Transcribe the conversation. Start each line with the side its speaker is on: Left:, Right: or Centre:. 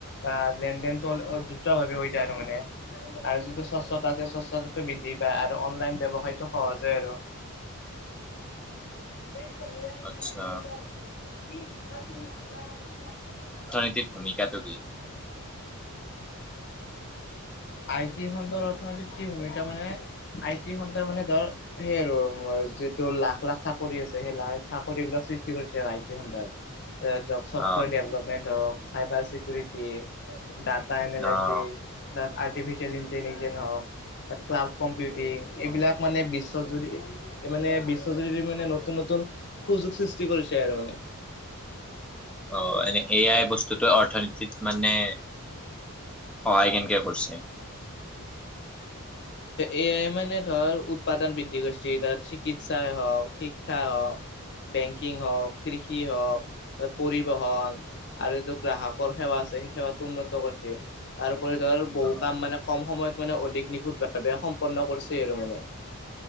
Left: বা লেন দেনটো অ দ্ৰোতভাৱে হৈ যায় আৰু মানে। আৰু যিটো স্বচ্ছতা আছে স্বচ্ছতাটো বৃদ্ধি পায় আৰু, অনলাইন ব্যৱসায়টো সহজে আৰু, <unintelligible>
Centre: আচ্ছা গোটেই ভূমিকাটো কি?
Left: আই টি খন্তৰ অৰ্থনীতিত কি ভূমিকা মানে? আই টি খন্দৰ মানে ধৰ, সেই আৰু যিটো লাখ লাখ চাকৰি আছে সেই লাখ চাকৰি বিলাক সৃষ্টি কৰিছে আৰু আই টি খণ্ডই। অ জব চব
Centre: অ',
Left: ডেভেলপমেণ্ট হওক চাইবাৰ চিকিউৰিটি। ডাটা এনালাইচিছ
Centre: অ',
Left: তাত আৰ্টিফিচিয়েল ইন্টেলিজেন হওক তাত ক্লাৱ কম্প, বিউটিং এইবিলাক মানে বিশ্বজুৰি, এই মানে বিশ্বজুৰি মানে নতুন নতুন সুযোগ সৃষ্টি কৰিছে আৰু মানে,
Centre: অ এনে এ আই বস্তুটো অৰ্থনীতিত মানে, সহায় কেনকে কৰিছে?
Left: এয়াই মানে ধৰ উৎপাদন বৃদ্ধি কৰিছে তাত চিকিৎসাই হওক শিক্ষা হওক, বেংকিং হওক, কৃষি হওক, বা পৰিবহন আৰু এইটো গ্ৰাহকৰ সেৱা আছে সেই সেৱাটো উন্নত কৰিছে। তাৰপৰি ধৰ বহু
Centre: অ',
Left: কাম মানে কম সময়ত মানে অধিক নিখুত ভাৱে সম্পন্ন কৰিছেই আৰু মানে।